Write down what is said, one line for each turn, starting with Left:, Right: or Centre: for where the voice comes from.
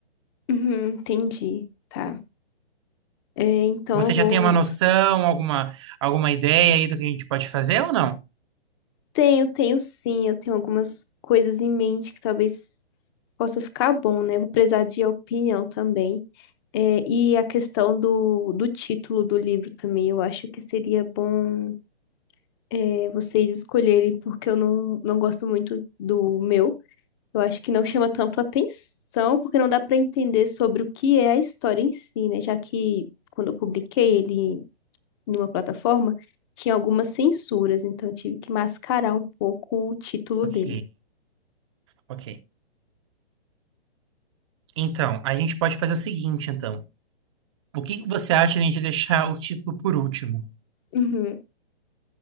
Left: uhum, entendi. Tá. É, então
Right: Você
Left: eu vou.
Right: já tem uma noção, alguma, alguma ideia aí do que a gente pode fazer ou não?
Left: Tenho, tenho sim. Eu tenho algumas coisas em mente que talvez possa ficar bom, né? Vou precisar de opinião também. É, e a questão do, do título do livro também, eu acho que seria bom. é, vocês escolherem, porque eu não, não gosto muito do meu. Eu acho que não chama tanto atenção, porque não dá para entender sobre o que é a história em si, né? Já que quando eu publiquei ele numa plataforma, tinha algumas censuras, então eu tive que mascarar um pouco o título
Right: Ok,
Left: dele.
Right: ok. Então, a gente pode fazer o seguinte, então. O que que você acha de a gente deixar o título por último?
Left: Uhum,